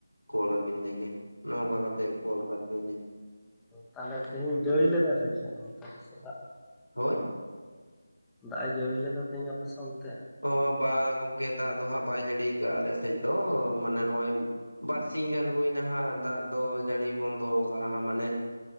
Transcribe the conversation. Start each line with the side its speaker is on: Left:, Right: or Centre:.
Left: ᱠᱚᱞ ᱟᱵᱤᱱ ᱞᱮᱜᱮ ᱱᱚᱝᱠᱟ ᱠᱟᱛᱮᱜ ᱠᱚᱞᱟ ᱟᱠᱟᱫ ᱵᱤᱱᱟᱞᱤᱧ
Centre: ᱛᱟᱦᱚᱞᱮ ᱛᱮᱦᱤᱧ ᱡᱟᱹᱲᱤ ᱞᱮᱫᱟ ᱥᱮ ᱪᱮᱫ ᱚᱱᱛᱮ ᱟᱯᱮ ᱥᱮᱫ ᱫᱟᱜ
Left: ᱦᱳᱭ
Centre: ᱫᱟᱜ ᱮ ᱡᱟᱹᱲᱤ ᱞᱮᱫᱟ ᱛᱮᱦᱤᱧ ᱟᱯᱮᱥᱮᱫ ᱚᱱᱛᱮ
Left: ᱚ ᱵᱟᱝ ᱜᱚᱝᱠᱮ ᱫᱟᱜ ᱫᱚ ᱦᱟᱸᱜ ᱵᱟᱭ ᱡᱟᱹᱲᱤᱭᱟ ᱠᱟᱜ-ᱟ ᱟᱞᱮ ᱥᱮᱡ ᱫᱚ ᱢᱟᱱᱮ ᱱᱚᱜ-ᱚᱭ ᱵᱟᱨ ᱥᱤᱧ ᱜᱟᱱ ᱦᱩᱭ ᱱᱟᱦᱟᱜ ᱫᱟᱜ ᱫᱚ ᱡᱟᱹᱲᱤ ᱵᱚᱱᱫᱚ ᱠᱟᱜ-ᱟ ᱢᱟᱱᱮ